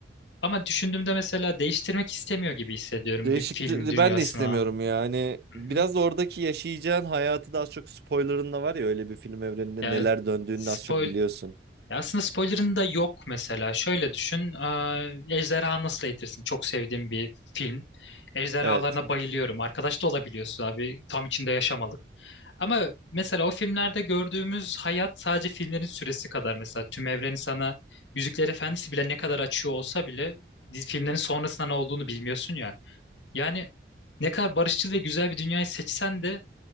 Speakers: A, on the left; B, on the right.
A: Ama düşündüğümde mesela değiştirmek istemiyor gibi hissediyorum
B: Değişikti
A: bir film dünyasına.
B: ben de istemiyorum yani.
A: Hı
B: Biraz
A: hı.
B: da oradaki yaşayacağın hayatı da az çok spoilerın da var ya öyle bir film evreninde
A: Ya
B: neler döndüğünü
A: spoil
B: de az çok biliyorsun.
A: ya aslında spoiler'ın da yok mesela. Şöyle düşün. eee, Ejderha Nasıl Eğitirsin? Çok sevdiğim bir film. Ejderhalarına
B: Evet.
A: bayılıyorum. Arkadaş da olabiliyorsun abi. Tam içinde yaşamalık. Ama mesela o filmlerde gördüğümüz hayat sadece filmlerin süresi kadar mesela tüm evreni sana Yüzükler Efendisi bile ne kadar açıyor olsa bile dizi- filmlerin sonrasında ne olduğunu bilmiyorsun ya. Yani ne kadar barışçıl ve güzel bir dünyayı seçsen de